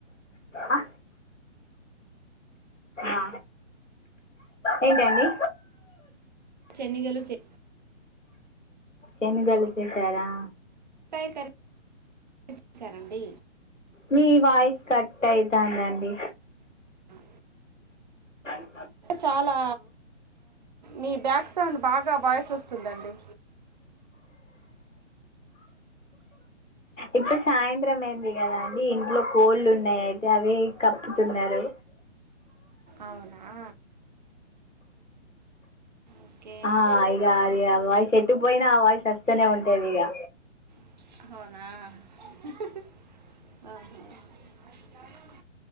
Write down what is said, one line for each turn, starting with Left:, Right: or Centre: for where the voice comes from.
Left: ఆ. ఆ ఏంటిది అండి
Right: శనిగలు చె
Left: శనిగలు చేశారా
Right: స్థాయి కర చేసారండి
Left: మీ వాయిస్ కట్ అయితందండి
Right: హ్
Left: అ
Right: చాలా మీ బ్యాక్ సౌండ్ బాగా వాయిస్ వస్తుందండి.
Left: ఇప్పుడు సాయంత్రం అయింది కదా అండి ఇంట్లో కోళ్ళు ఉన్నాయి అయితే అవి కప్పుతున్నారు.
Right: అవునా ఓకే
Left: ఆ ఇగా అది
Right: ఇక-
Left: ఆ వాయిస్ ఎటు పోయినా ఆ వాయిస్ వస్తనే ఉంటది. ఇగా
Right: ఆహా